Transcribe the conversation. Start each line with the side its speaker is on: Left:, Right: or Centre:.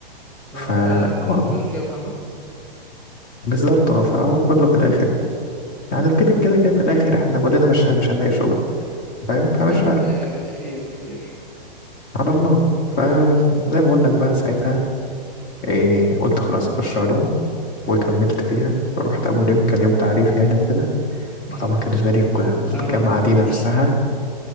Centre: فالموضوع
Left: فا اه
Centre: مش جاب همه
Left: بالظبط اه فهو كله في الآخر يعني في كده كده كده في الآخر احنا كلنا مش مش هنلاقي شغل فاهم فمش
Centre: يا عم
Left: فارق
Centre: آه، خير خير
Left: على الله فزي ما بقول لك بقى ساعتها إيه قلت خلاص أخش علوم وكملت فيها رحت أول يوم كان يوم تعريف يعني وكده
Centre: مم.
Left: فطبعا كان بالنسبة لي كل-
Centre: أنا
Left: الجامعة
Centre: ما رحتوش
Left: دي نفسها